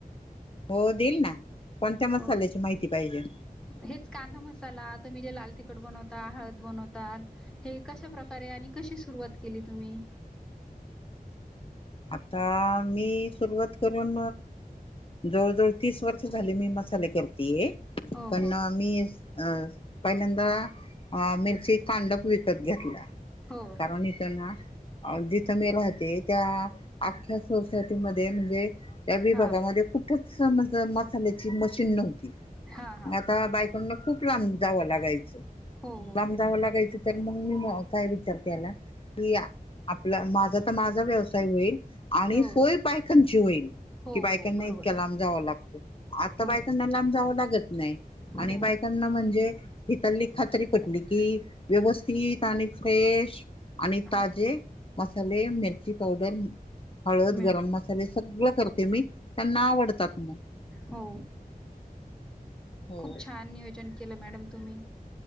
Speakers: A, on the left; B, in the centre.
A: हो देईल ना. कोणत्या मसाल्याची
B: हो.
A: माहिती पाहिजे?
B: हेच कांदा मसाला तुम्ही जे लाल तिखट बनवता हळद बनवतात हे कशा प्रकारे आणि कशी सुरुवात केली तुम्ही?
A: आता- मी सुरुवात करून जवळ -जवळ तीस वर्ष झाली. मी मसाले करतीये.
B: हो
A: पण
B: हो
A: मी अ पहिल्यांदा अ मिरची कांडप विकत घेतला.
B: हो
A: कारण इथ ना अ जिथं मी राहते त्या आख्ख्या सोसायटीमध्ये म्हणजे त्या विभागामध्ये
B: हां
A: कुठच मस मसाल्याची मशीन नव्हती.
B: हां हां
A: मग आता बा पण खूप लांब जावं लागायचं.
B: हो हो
A: लांब जाव लागायच, तर मग मी काय विचार केला की- आपला माझा तर माझा व्यवसाय होईल आणि
B: हो
A: सोय बायकांची होईल.
B: हो
A: कि बायकांना
B: हो बरोबर
A: इतक्या लांब जावं लागतं. आता
B: हो
A: बायकांना लांब जावं लागत नाही. आणि
B: हो
A: बायकांना म्हणजे हिथल्ली खात्री पटली कि व्यवस्थित आणि फ्रेश आणि ताजे
B: हां
A: मसाले, मिरची पावडर हळद,
B: मिळत
A: गरम मसाले सगळ करते मी. त्यांना आवडतात.
B: हो
A: हो
B: खूप छान! नियोजन केलं मॅडम तुम्ही.